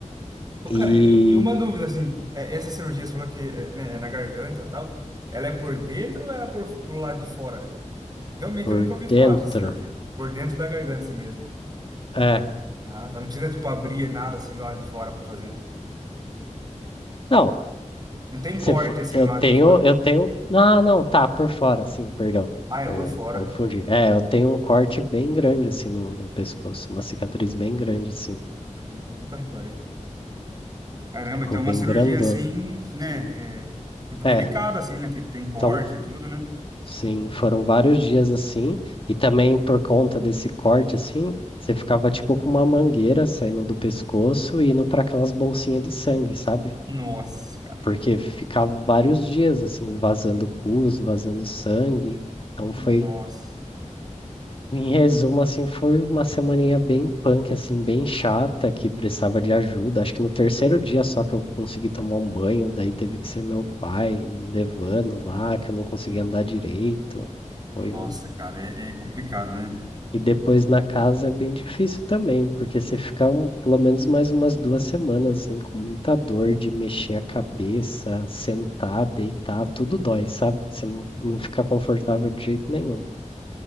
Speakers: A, on the right; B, on the left.
A: Ô,
B: E
A: cara, e e uma dúvida, assim, é, essa cirurgia, você falou que é, né, é na garganta e tal, ela é por dentro ou ela é por, pro lado de fora? Realmente,
B: por
A: eu nunca ouvi
B: dentro,
A: falar dessa cirurgia. Por dentro da garganta, assim mesmo.
B: é.
A: Ah, tá. Não precisa, tipo, abrir nada, assim, do lado de fora pra fazer.
B: Não,
A: Não tem corte,
B: Se fo-
A: assim,
B: eu
A: do lado
B: tenho,
A: de fora.
B: eu tenho. Ah, não, tá, por fora, sim, perdão.
A: Ah, é
B: Eu
A: por fora.
B: confundi. É, eu tenho um corte bem grande assim no, no pescoço, uma cicatriz bem grande assim.
A: Ah, eu nunca reparei. Caramba,
B: Ficou
A: então
B: bem
A: é uma cirurgia
B: grandona.
A: assim, né? É, tipo, delicada,
B: É,
A: assim, né? Tipo, tem corte
B: então, f-
A: e tudo, né?
B: sim, foram vários dias assim. E também por conta desse corte assim, você ficava tipo com uma mangueira saindo do pescoço e indo para aquelas bolsinhas de sangue, sabe?
A: Nossa, cara.
B: Porque ficava vários dias assim, vazando pus, vazando sangue. Então foi
A: Nossa.
B: Em resumo, assim, foi uma semaninha bem punk, assim, bem chata, que precisava de ajuda. Acho que no terceiro dia só que eu consegui tomar um banho, daí teve que ser meu pai me levando lá, que eu não conseguia andar direito. Foi
A: Nossa,
B: um...
A: cara, é, é complicado, né?
B: E depois na casa é bem difícil também, porque você fica um- pelo menos mais umas duas semanas, assim, com muita dor de mexer a cabeça, sentar, deitar, tudo dói, sabe? Você não,
A: No-
B: não fica confortável de jeito nenhum.